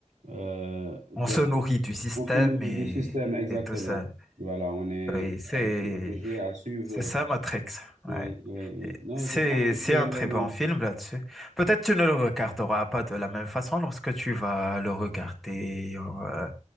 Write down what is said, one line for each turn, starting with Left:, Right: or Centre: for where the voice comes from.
Right: euh, de-
Centre: On se nourrit du système
Right: on fait
Centre: et,
Right: du système, exactement.
Centre: et tout ça.
Right: Voilà, on est
Centre: Oui, c'est,
Right: obligé à suivre.
Centre: C'est
Right: euh,
Centre: ça, Matrix. Ouais.
Right: Oui, oui, oui.
Centre: Et
Right: Non,
Centre: C'est,
Right: je pense que
Centre: c'est
Right: je vais
Centre: un
Right: l'aimer.
Centre: très bon film là-dessus. Peut-être tu ne le regarderas pas de la même façon lorsque tu vas le regarder, euh,